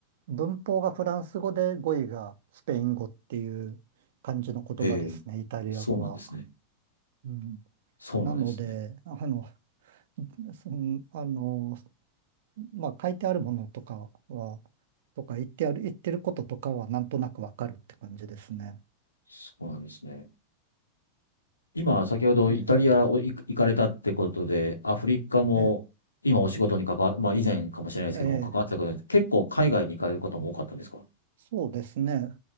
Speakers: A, on the right; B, on the left.
A: 文法がフランス語で語彙がスペイン語っていう感じの言葉ですね、
B: へえ、
A: イタリア語は。
B: そうなんですね。
A: うん、
B: そうなんですね。
A: なので、あの、そのあのまあ書いてあるものとかは、とか言ってある、言ってることとかはなんとなくわかるって感じですね。
B: そうなんですね。今、先ほどイタリアを行行かれたってことで、
A: ええ、
B: アフリカも今お仕事に関わ、
A: え
B: まあ以前かもしれないですけども、
A: え、
B: 関わってたことで、
A: ええ
B: 結構海外に行かれることも多かったんですか
A: そうですね。